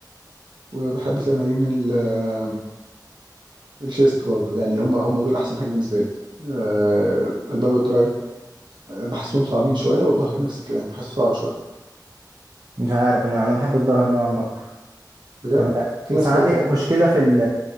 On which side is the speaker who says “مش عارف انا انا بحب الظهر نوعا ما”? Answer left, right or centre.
Right